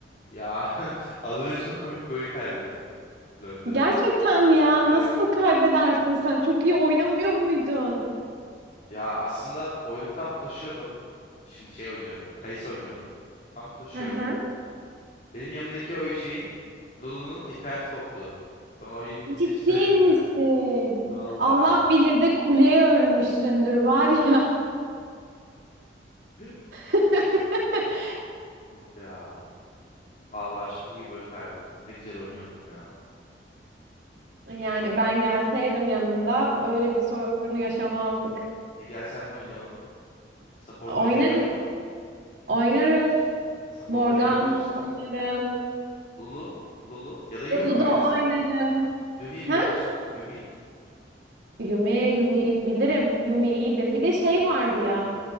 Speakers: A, on the left; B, on the right.
A: Ya <laughs> az önce çok komik bir oyun kaybettim LoL'de.
B: Gerçekten mi ya?
A: Evet.
B: Nasıl kaybedersin sen? Çok iyi oynamıyor muydun?
A: Ya aslında oyunu tam taşıyordum. Şimdi şey oynuyorum. Kayısı oynuyordum. Tam taşıyordum.
B: Hı hı.
A: Benim yanımdaki o şeyin Lulu'nun interneti koptu. Sonra oyun bitti
B: Ciddi
A: işte.
B: misin?
A: <laughs> Vallahi
B: Allah
A: ya.
B: bilir de kuleye ölmüşsündür var ya.
A: <laughs>
B: <laughs>
A: Of ya. Vallahi şaka gibi oyun kaybettim. Ne güzel oynuyordum ya.
B: Yani
A: Oy
B: ben gelseydim yanında öyle bir sorunu yaşamazdık.
A: e gel seninle oynayalım. Support
B: Oynarız,
A: oynayabiliyor musun?
B: oynarız.
A: Support
B: Morgana
A: oynayabiliyor musun?
B: oynarım.
A: Lulu, Lulu ya da Yumi
B: Ludo
A: oyna sen.
B: oynarım.
A: Yumi'yi
B: Ha?
A: biliyor musun? Yumi.
B: Yumi, Yumi'yi bilirim. Yumi iyidir. Bir de şey vardı ya.